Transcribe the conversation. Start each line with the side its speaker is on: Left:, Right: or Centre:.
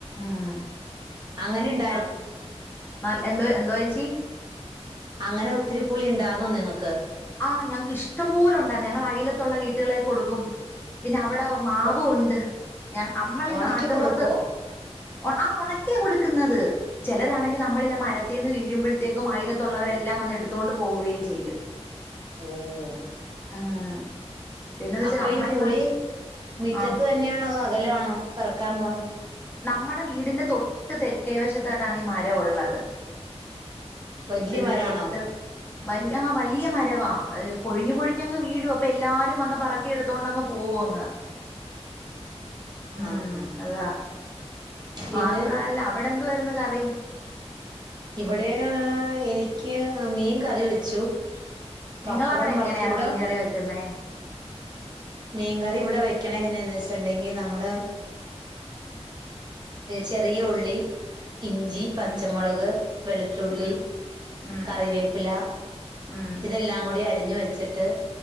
Left: ഉം
Right: അങ്ങനെണ്ട്
Left: ആഹ് നല് എന്തോ എന്തോ വച്ചി
Right: അങ്ങനെ ഒത്തിരി പുളി ഉണ്ടാർന്നോ നിങ്ങക്ക്
Left: ആഹ് ഞങ്ങക്ക് ഇഷ്ടംപോലും ഉണ്ടാ ഞങ്ങൾ അയിലത്തുള്ള വീട്ടുകളെ കൊടുക്കും പിന്നെ അവിടെ മാവ
Right: ഒ-
Left: ഉണ്ട് ഞാൻ അമ്മളീ
Right: ഉണക്കി
Left: നാട്ടിൻപറത്ത്
Right: കൊടുക്കോ
Left: ആഹ് ഒണക്കിയാ കൊടുക്കുന്നത് ചിലരാണെങ്കിൽ നമ്മളല്ല മരത്തിൽ നിന്ന് വീഴുമ്പോഴത്തേക്കും അയിലത്തുള്ളവരെല്ലാം വന്ന് എടുത്തുകൊണ്ട് പോവുകയും ചെയ്യും
Right: ഓഹ്
Left: ഉം പിന്നെന്ന് വെച്ചാ
Right: അപ്പൊ
Left: നമ്മളിന്നാ
Right: ഈ പുളി മുറ്റത്ത്
Left: ആഹ്
Right: തന്നെയാണോ അത് അകലാണോ പിറക്കാൻ പോണത്
Left: നമ്മുടെ വീടിന്റെ തൊട്ട് തെക്കേ വശത്തായിട്ടാണ് ഈ മരംള്ളത്
Right: വല്യ
Left: വീടിന്റെ
Right: മരാണോ
Left: തൊട്ട് വലിയ ആഹ് വലിയ മ വ വ പൊഴിഞ്ഞു പൊഴിഞ്ഞഞ്ങ് വീഴു അപ്പൊ എല്ലാരും വന്ന് പറക്കിെടുത്തോണ്ട്ങ് പോവും അങ്ങ് ഉം
Right: ആഹ് ആഹ്
Left: അതാ
Right: പിന്നെ
Left: മാത്രല്ല അവിടെ എന്തു വരുന്നു കറി
Right: ഇവിടെ എനിക്ക് മീൻ കറി വെച്ചു
Left: നിങ്ങളവിടെ
Right: പപ്പടം
Left: എങ്ങനെയാ
Right: വറുത്ത് ഇവിടെ
Left: മീൻകറി വെക്കുന്ന
Right: മീൻകറി ഇവിടെ വെക്കണ എങ്ങനെയെന്ന് വെച്ചിണ്ടെങ്കിൽ നമ്മൾ ചെറിയ ഉള്ളി ഇഞ്ചി
Left: ഉം
Right: പച്ചമുളക് വെളുത്തുള്ളി
Left: ഉം ഉം
Right: കറിവേപ്പില
Left: ഉം
Right: ഇതെല്ലാം കൂടി അരിഞ്ഞു വെച്ചിട്ട്